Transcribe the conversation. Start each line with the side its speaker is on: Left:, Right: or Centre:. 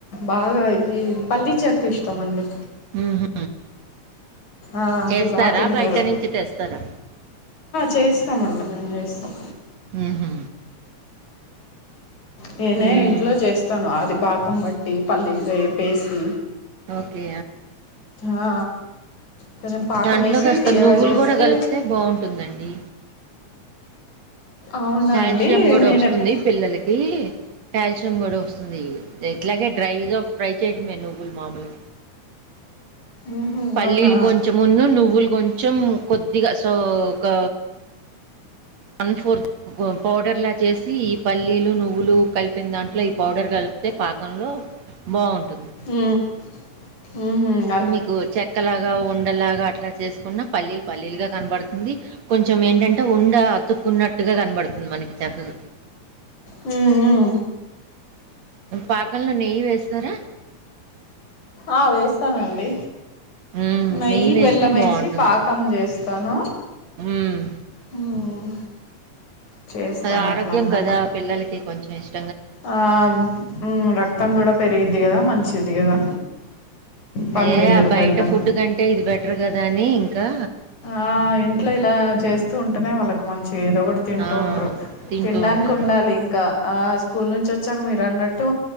Left: బాగాయి పల్లీ చేక్క ఇష్టమండి
Right: ఊహూ
Left: ఆ
Right: చేస్తారా
Left: అది బాగా తింటారు
Right: బయట నుంచి తెస్తారా
Left: చేస్తామండి మేము చేస్తాం
Right: ఉహు
Left: నేనే
Right: మ్మ్
Left: ఇంట్లో చేస్తాను అది బాకం బట్టి పల్లీ వేపేసి
Right: ఓకే
Left: ఆ కొంచెం పాకం
Right: దాంట్లోకాస్తా
Left: వేసి తీయగా
Right: నువ్వులు
Left: చేస్తే
Right: కూడా కలిపితే బాగుంటుందండి
Left: అవునా
Right: కాల్షియం
Left: అండి
Right: కూడా
Left: నేను
Right: వస్తుంది
Left: ఎప్
Right: పిల్లలకి కాల్షియం కూడా వస్తుంది ఇట్లాగే డ్రైగా ఫ్రై చేయటమే నువ్వులు మామూలు
Left: ఉహు
Right: పల్లీలు
Left: అవునా
Right: కొంచెం మున్ను నువ్వులు కొంచెం కొద్దిగా సో ఒక వన్ ఫోర్ పౌడర్లా చేసి ఈ పల్లీలు నువ్వులు కలిపిన దాంట్లో ఈ పౌడర్ కలిపితే పాకంలో బాగుంటుంది
Left: ఉం హు హమ్
Right: మీకు చెక్కలాగా ఉండలాగా అట్లా చేసుకున్న పల్లీలు పల్లీలు గా కనబడుతుంది కొంచెం ఏంటంటే ఉండ అతుక్కున్నట్టుగా కనబడుతుంది మనకి చక్కలు
Left: ఉం ఉం
Right: పాకంలో నెయ్యి వేస్తారా
Left: ఆ వేస్తానండి
Right: మ్మ్,
Left: నెయ్యి
Right: వేస్తే
Left: బెల్లం
Right: బాగుంటుంది
Left: వేసి పాకు కమ్ చేస్తాను
Right: మ్మ్.
Left: ఉమ్ చేస్తాను
Right: అది ఆరోగ్యం
Left: అట్లా అన్నమాట
Right: కదా పిల్లలకి కొంచెం ఇష్టం
Left: ఆ ఉం రక్తం కూడా పెరిగిద్ది కదా మంచిది కదా పల్లీలు
Right: ఏయ ఆ బయట
Left: బెల్లం
Right: ఫుడ్ కంటే ఇది బెటర్ కదా అని ఇంకా
Left: ఆ ఇంట్లో ఇలా చేస్తూ ఉంటేనే వాళ్ళకి మంచి ఏదో ఒకటి తింటూంటారు
Right: ఆ! తింటూ
Left: తినడానికి
Right: ఉంటారు.
Left: ఉండాలి ఇంకా ఆ స్కూల్ నుంచి వచ్చి మీరు అన్నట్టు